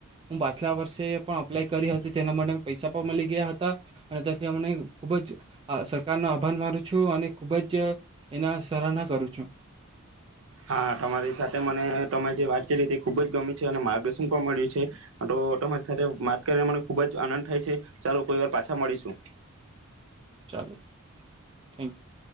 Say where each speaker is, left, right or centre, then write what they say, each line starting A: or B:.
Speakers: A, on the right; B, on the right.
A: હું પાછલા વર્ષે પણ અપ્લાય કરી હતી તેના માટે પૈસા પણ મળી ગયા હતા અને ત્યાંથી અમને ખૂબ જ સરકારનો આભાર માનું છું. છું અને ખૂબ જ એના સરાહના કરું છું.
B: હા તમારી સાથે મને ત જે વાત કરી તે ખુબ જ ગમી છે અને માર્ગદર્શન પણ મળ્યું છે તો તમારી સાથે વાત કરીને મને ખુબ જ આનંદ થાય છે ચાલો કોઈ વાર પાછા મળીશું.
A: ચાલો થેન્ક યુ.